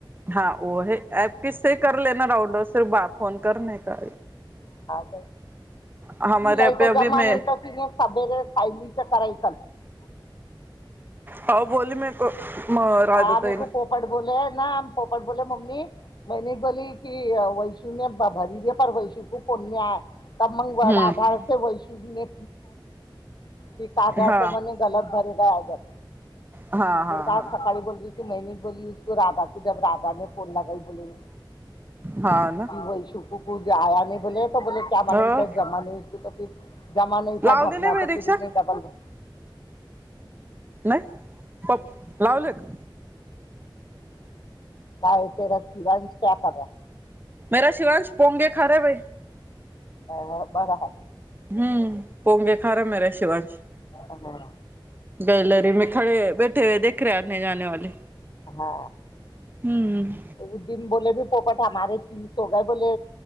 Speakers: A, on the right; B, on the left.
A: हा ह कससे करलेना राऊउडो सिर्फ बा फोन कर का
B: ह
A: हमारे
B: तिलायच
A: यहाँ पे अभी
B: जमा
A: मैं
B: न तर तिने सभेर सायलीच करायच
A: हा बोली मेरेको राधाताई
B: हाँ मेरे
A: मे
B: को पोपट बोले ना पोपट बोले मम्मी मैनी बोली की वैशुने भरी द्या पर वैशू को पुण्य त मंग आधार
A: हम्म
B: ते वैशनेछाने क काग
A: हा
B: त म्हणे गलत भरेग ज
A: हा हा
B: बेड का
A: हा
B: सकाळी बोल ते महि बोलीो राधा को जब राधाने फोन लगई की
A: हा ना
B: वै शकुकु जे आया नाही बोले तो बोले क आ मला
A: अ
B: का जमा नाहीसत जमा नाहीसा
A: लावली
B: भरना
A: नाही बाई
B: तरि
A: रिक्षा
B: डबल भ
A: नाही पप लावले का?
B: काय ते र बां त्या खबा
A: मेरा शिवांश पोंगे खारे भाई
B: अ बर हा
A: हम्म पोंगे खारा मे र शिवांश
B: अ बर
A: ग्यालरी मे खडे हे, दिखा रहा हे जाणे वाले
B: हा
A: हम्म
B: उदन बोले ब पोपट हमारे तीन सो ग बोले